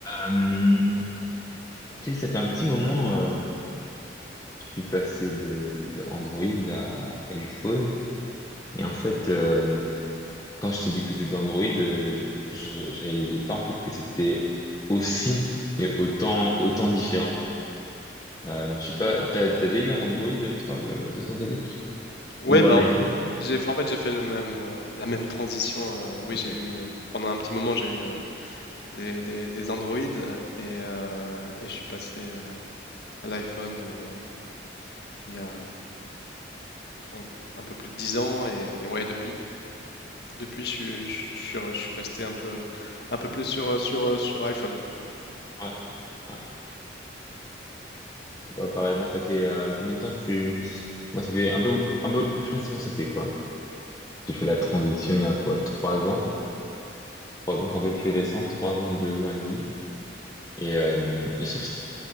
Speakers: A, on the left; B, on the left.
A: Euh, ok, ça fait un petit moment, euh, je suis passé de, de Android à iPhone. Et en fait, euh, quand j'étais du côté d'Android, euh, je, je réalisais pas en fait que c'était aussi et autant autant différent. Euh, je sais pas, t'as t'as déjà eu un Android toi de, de ton côté?
B: Oui,
A: Ou
B: ben,
A: un
B: en
A: iPhone?
B: f- j'ai
A: Ouais,
B: fait, en fait, j'ai fait le même, euh, la même transition. euh, oui, j'ai
A: ok.
B: eu, euh, pendant un petit moment, j'ai eu euh, des, des, des Android euh, et, euh, et je suis passé à, à l'iPhone euh, il y a en- un peu plus de 10 ans. Et, et ouais, depuis, depuis je, suis- je, je suis je suis resté un peu, un peu plus sur, euh, sur, euh, sur iPhone.
A: Ouais, ouais. Ouais, pareil. Moi, ça fait euh, combien de temps que je suis Moi, ça fait un peu, un peu. Je pense que moi, ça fait quoi? J'ai fait la transition il y a quoi? Trois ans? trois ans, c'est un peu plus récent, trois ans, deux ans et demi. Et, euh, et je trouve que